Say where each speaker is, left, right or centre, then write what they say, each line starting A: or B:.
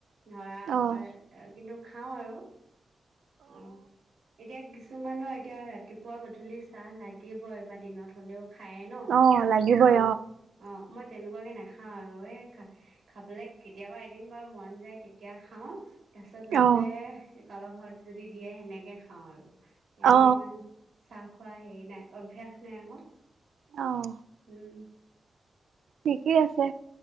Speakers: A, on the right; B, on the right.
A: ধৰা
B: অ'।
A: কিন্তু খাওঁ আৰু অ'। এতিয়া কিছুমানৰ এতিয়া ৰাতিপুৱা গধূলি চাহ লাগিবই বা দিনত হলেও খায়ে ন
B: অ লাগিবই
A: অ', অ', ' মই তেনেকুৱাকে নাখাও আৰু এ খা খাবলৈ কেতিয়াবা এদিন বাৰু মন যায় তেতিয়া খাওঁ। তাৰপিছত নহলে
B: অ
A: কাৰোবাৰ ঘৰত যদি দিয়ে সেনেকে খাওঁ আৰু এনেই
B: অ
A: ইমান চাহ খোৱা হেৰি নাই অভ্যাস নাই আকৌ
B: অ'।
A: উম।
B: ঠিকেই আছে